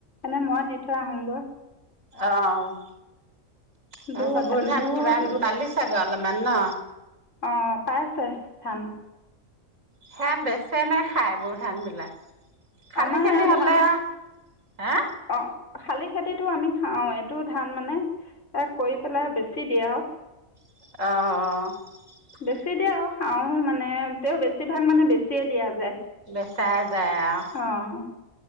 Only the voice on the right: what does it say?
অ'। তাপিছত
বওধান
কিমান পালি চাগৈ অলমান ন? <unintelligible>
সেয়া বেচে নে খায় বৰু ধানবিলাক? খালি
খেতি
হ'লে
আও হা
অ, অ, অ-
বেচাই <unintelligible>